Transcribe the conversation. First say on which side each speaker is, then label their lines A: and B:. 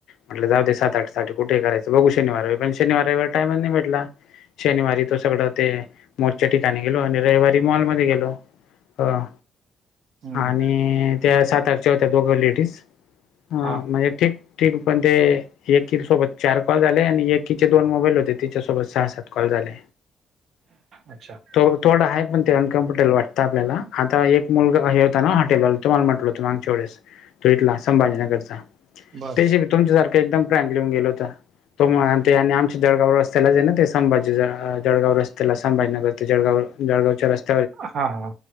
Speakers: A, on the left; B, on the right.
A: म्हटलं जाऊ दे, सात आठ साठी कुठे करायचं, बघू शनिार रविववार, पण शनिावार रविवार टायमच नाही भटला, अं, शनिवारी तो सगळं ते, मोर्च्या ठिकाणी गेलो, आणि रविवारी मॉलमध्ये गेलो, हां,
B: हं.
A: आणि त्या सात आठच्या होत्या दोघं लेडीज, म्हणजे
B: हां.
A: ठीक ठीक पंन ते एकी सोबत चार कॉल झाले, आणि एकीचे दोन मोबाईल होते, तिच्यासोबत सहा सात कॉल झाले.
B: अच्छा,
A: त थोडं हाय, पण ते अनकमफर्टेबल वाटतं आपल्याला. चा एक मुलग हे होता ना, हॉटेलला तुम्हाला म्हटल हो तुम वढेस तो, इथला संभाजीनगरचा.
B: बरं.
A: त्याशिब तुमच्यासारखं एकदम प्रँग लिहून गेलं होत. तो, ते आणि आमच्या जळगाव रस्तालाच आहे ना ते, संभाजी जळगाव रस्त्याला, संभाजीनगर ते जळगाव. जळगावच्या रस्ते
B: हा ह,